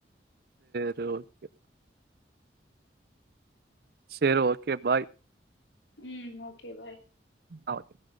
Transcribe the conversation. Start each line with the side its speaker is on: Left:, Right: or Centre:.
Right: சரி ஓகே சரி ஓகே பாய்
Left: ம் ஓகே பாய்
Right: ஆ ஓகே